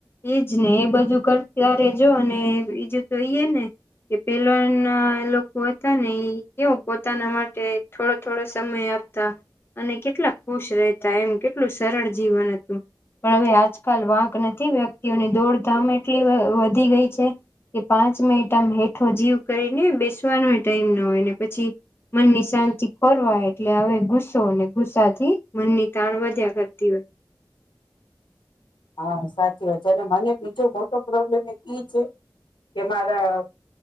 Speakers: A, on the left; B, on the left.
A: એજ ને એ બધું કર ત્યારે જો અને બીજું તો એઈ ને કે પેલા ના લોકો હતા ને એ કેવ પોતાના માટે થોડો થોડો સમય આપતા અને કેટલા ખુશ રહેતા એમ કેટલું સરળ જીવન હતું. પણ હવે આજકાલ વાંક નથી વ્યક્તિઓની દોડધામ એટલી વધી ગઈ છે કે પાંચ મિનિટ આમ હેઠો જીવ કરીને બેસવાનો ટાઈમ ના હોય ને પછી મનની શાંતિ ખોરવાય એટલે હવે ગુસ્સોને ગુસ્સાથી મનની તાણ વધ્યા કરતી હોય.
B: હા સાચી વાત છે અને મને બીજો મોટો પ્રોબ્લેમ એ ઈ છે. કે મારા